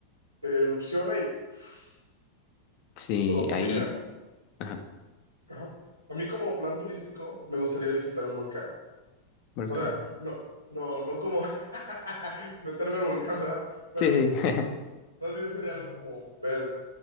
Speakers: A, on the right; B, on the left.
A: Erupciona y pff,
B: Sí,
A: todo. Porque
B: ahí,
A: mira,
B: ajá,
A: ajá, a mí como plan turístico me gustaría visitar un volcán.
B: volcán.
A: O sea, no, no, no como <laughs> meterme al volcán, ¿verdad? Pero
B: Sí, sí. <laughs>
A: más bien sería algo como ver